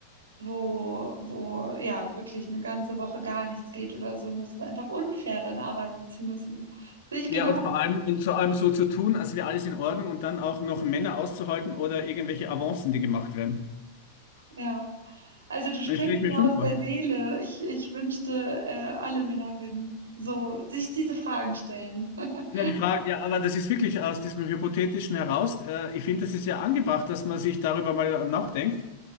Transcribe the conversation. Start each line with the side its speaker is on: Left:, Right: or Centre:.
Right: wo, wo ja wirklich eine ganze Woche gar nichts geht oder so. Und es ist einfach unfair, dann arbeiten zu müssen. Sehe ich genau,
Left: Ja, und vor allem, und vor allem so zu tun, als wäre alles in Ordnung und dann auch noch Männer auszuhalten oder irgendwelche Avancen, die gemacht werden.
Right: ja. Also du sprichst
Left: Das stelle ich mir
Right: mir
Left: schon
Right: aus
Left: vor.
Right: der Seele. Ich, ich wünschte, äh, alle Männer würden so sich diese Fragen stellen. <laughs>
Left: Ja, die Frage, ja, aber das ist wirklich aus diesem Hypothetischen heraus. Äh, ich finde, das ist ja angebracht, dass man sich darüber mal nachdenkt